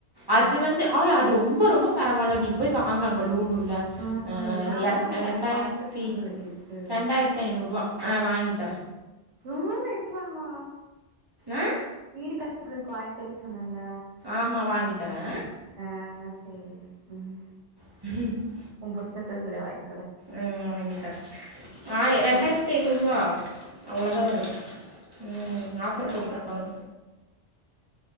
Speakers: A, on the right; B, on the right.
A: அது வந்து ஆய் அது ரொம்ப ரொம்ப பரவால்ல நீ போய் வாங்க அங்க லூலூர்ல
B: ம்
A: அ
B: நா அதா
A: எர்ண்
B: உன்ன
A: ரெண்டாயருத்தி
B: எனக்கு வாங்கி தர சொன்னேல கிஃப்ட்டு
A: ரெண்டாயர்த் ஐநூறுபா அ வாங்கி தர
B: இவ்ளோ நெஜ்மாலுமா
A: ஆ
B: வீடு கல்ப்றது வாங் தெரி சொன்னல்ல
A: ஆமா வாங்கி தரே
B: அ சேரி ம்
A: <inaudible>
B: உம் புருசன்ட்ட சொல்லி வாங்
A: ம் வாங்கித்தர ஆய் ரெண்டாயிர்
B: ஏ
A: த்தி ஐநூறுவா அவுளதா
B: ஆ
A: வருது ம் ஆஃபர் போட்ருப்பாங்